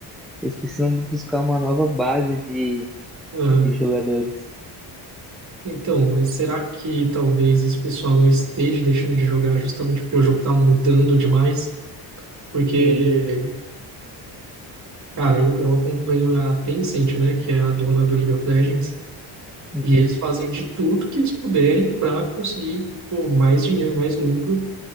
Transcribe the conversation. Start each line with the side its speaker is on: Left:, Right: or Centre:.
Centre: eles precisam buscar uma nova base de,
Right: Ah,
Centre: de jogadores.
Right: então, mas será que talvez esse pessoal não esteja deixando de jogar justamente porque o jogo está mudando demais? Porque,
Centre: Sim,
Right: cara, eu, eu acompanho a Tencent, né, que é a dona do League of Legends,
Centre: uhum,
Right: e eles fazem de tudo que eles puderem para conseguir pô, mais dinheiro, mais lucro.